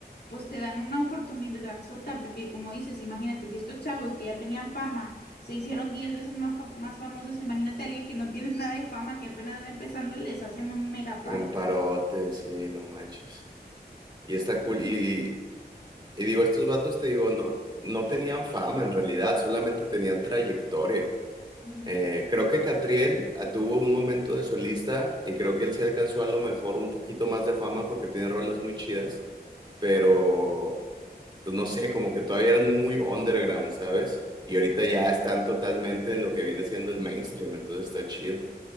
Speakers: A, on the left (about 75°); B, on the right (about 25°).
A: pues te dan una oportunidad sota, porque como dices, imagínate, si estos chavos que ya tenían fama se hicieron 10 veces más, fa- más famosos, imagínate a alguien que no tiene nada de fama, que apenas va empezando, les hacen un mega paro.
B: Un parote, sí, no manches. Y está cool. Y, y, y digo, estos vatos, te digo, no, no tenían fama en realidad, solamente tenían trayectoria.
A: Mm,
B: Eh, creo que Catriel ah, tuvo un momento de solista y creo que él sí alcanzó a lo mejor un poquito más de fama porque tiene rolas muy chidas, pero pues no sé, como que todavía eran muy underground, ¿sabes? Y ahorita
A: sí.
B: ya están totalmente en lo que viene siendo el mainstream, entonces está chido.